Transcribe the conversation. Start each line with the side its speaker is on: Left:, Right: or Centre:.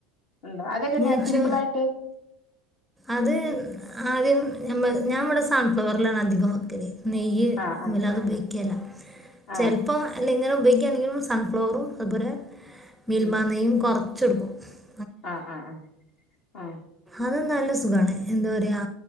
Left: ഉണ്ടോ അതെങ്ങനെയാ
Centre: നെയ്ചോ
Left: സിമ്പിൾ ആയിട്ട്
Centre: അത് ആദ്യം ഞാൻ ഇവി സാൺഫ്ളവർലാണ് അധികം വെക്കല് നെയ്യ്
Left: ആ ആ
Centre: വല്ലാതെ <unintelligible>
Left: ആ
Centre: ചെലപ്പോ അല്ലെങ്ങെലും <unintelligible> സൺഫ്ലവറും അതുപോലെ മിൽമാ
Left: ഉം
Centre: നെയ്യും കൊർ <unintelligible>
Left: ആ ആ ആ ആ
Centre: അത് നല്ല സുഖാണ് എന്ത് പറയാ